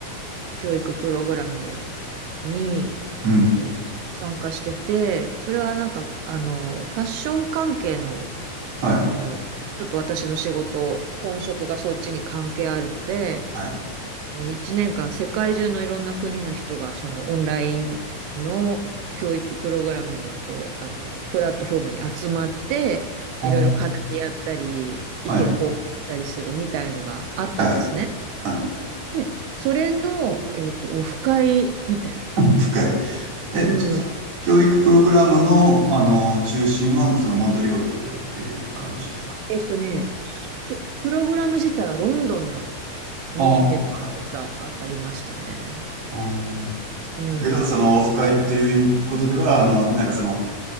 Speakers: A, on the right; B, on the right.
A: 教育プログラムに、
B: うん。
A: えー参加してて、それはなんか、あの、ファッション関係の、
B: はい。
A: あの、ちょっと私の仕事、本職がそっちに関係あるので、
B: はい。
A: 1年間世界中のいろんな国の人がそのオンラインの教育プログラムのこう、あの、プラットフォームに集まって、
B: おー
A: いろいろ課題やったり、意見交換したりするみたいのがあったんですね。
B: はい。はい。はい。
A: で、それの、えっと、オフ会みたいな。
B: <laughs> 深い。え、
A: うん。
B: じゃあ教育プログラムの、あの、中心は、その、モントリオールだったりっていう感じなんですか
A: えっとね、ちょプログラム自体はロンドンのにヘッドクォーターがありましたね。
B: ああ、はい。あー
A: うん。
B: だけど、そのオフ会っていうことでは、あの、なんかその、